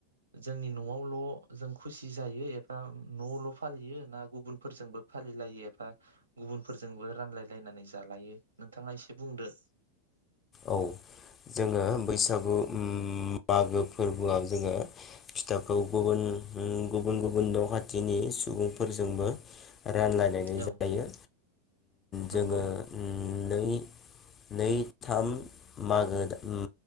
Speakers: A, on the right; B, on the left.
A: जोंनि न'आवल' जों खुसि जायो एबा न'आवल' फालियो ना गुबुनफोरजोंबो फालिलायो एबा गुबुनफोरजोंबो रानलायलायनानै जालायो नोंथाङा एसे बुंदो
B: औ जोङो बैसागु उम मागो फोरबोआव जोङो फिथाखौ गुबुन गुबुन गुबुन न' खाथिनि सुबुंफोरजोंबो रानलायलायनानै
A: औ
B: जायो
A: नंगौ
B: जोङो नै नै थाम मागो उम